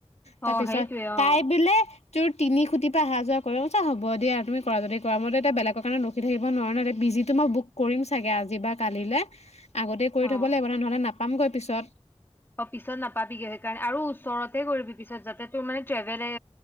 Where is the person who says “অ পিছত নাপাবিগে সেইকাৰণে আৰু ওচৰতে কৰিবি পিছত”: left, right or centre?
Left